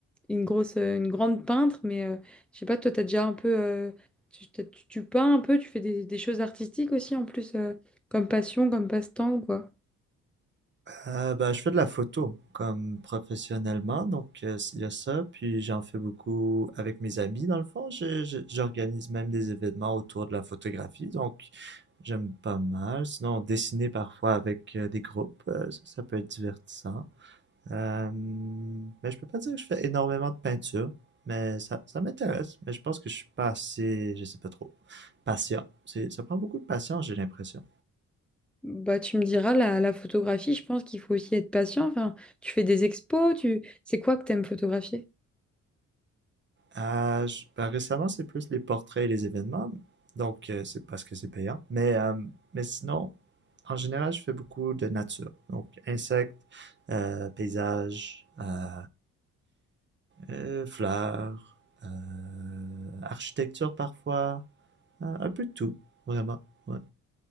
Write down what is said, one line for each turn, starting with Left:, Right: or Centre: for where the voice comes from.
Centre: une grosse, euh, une grande peintre, mais euh, je sais pas, toi, t'as déjà un peu, euh, tu, t'as- tu- tu peins un peu, tu fais des, des choses artistiques aussi en plus, euh, comme passion, comme passe-temps, quoi.
Right: Euh, ben, je fais de la photo, comme professionnellement, donc euh, il y a ça. Puis j'en fais beaucoup avec mes amis, dans le fond. Je- je- J'organise même des événements autour de la photographie, donc j'aime pas mal. Sinon, dessiner parfois avec euh, des groupes, euh, ça, ça peut être divertissant. Euh, mais je peux pas dire que je fais énormément de peinture, mais ça, ça m'intéresse. Mais je pense que je suis pas assez, je sais pas trop, patient. C'est, ça prend beaucoup de patience, j'ai l'impression.
Centre: Bah, tu me diras, la, la photographie, je pense qu'il faut aussi être patient. Enfin, tu fais des expos, tu, c'est quoi que t'aimes photographier?
Right: Euh, je- ben, récemment, c'est plus les portraits et les événements, donc euh, c'est parce que c'est payant. Mais, euh, mais sinon, en général, je fais beaucoup de nature. Donc, insectes, euh, paysages, euh, euh, fleurs, euh, architecture parfois, euh, un peu de tout, vraiment. Ouais.